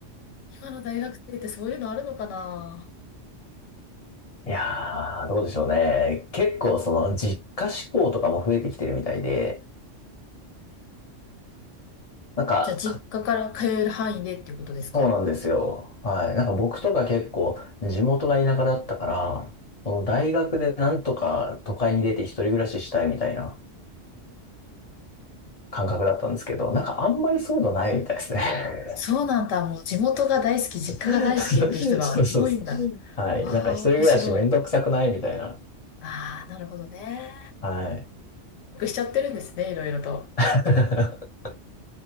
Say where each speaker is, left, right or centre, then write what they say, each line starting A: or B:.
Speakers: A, on the left (about 85°); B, on the left (about 35°).
A: 今の大学生ってそういうのあるのかな
B: いやー、どうでしょうね。結構その実家志向とかも増えてきてるみたいで、なんか、
A: じゃあ実家から通える範囲でっていうことですか
B: かそうなんですよ。はい。なんか僕とか結構地元が田舎だったから、その大学でなんとか都会に出て一人暮らししたいみたいな感覚だったんですけど、なんかあんまりそういうのないみたいですね。
A: そうなんだ。もう地元が大好き、実家が大好きっていう人が多いんだ。
B: <laughs> そうそうそう。はい。
A: わあ、
B: なんか一人暮らしめんどくさくないみたいな。
A: 面白い。ああ、なるほどね。
B: はい。
A: しちゃってるんですね、いろいろと。
B: <laughs>